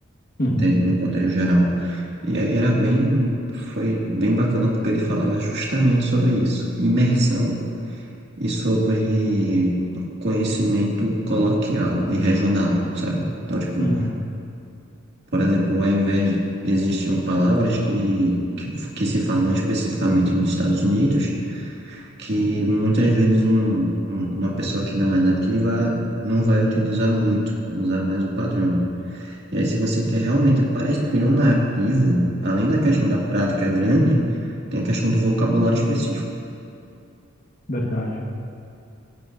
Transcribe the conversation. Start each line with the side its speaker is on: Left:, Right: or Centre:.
Left: Uhum,
Right: Entende? No contexto geral. E aí era bem. Foi bem bacana porque ele falava justamente sobre isso. Imersão e sobre conhecimento coloquial e regional, sabe? Então, tipo,
Left: uhum.
Right: por exemplo, ao invés de existiam palavras que, que, que se falam especificamente nos Estados Unidos, que muitas vezes um, um- uma pessoa que não é nativa não vai utilizar muito, vai usar mais o padrão. E aí, se você quer realmente parecer um nativo, além da questão da prática grande, tem a questão do vocabulário específico.
Left: Verdade.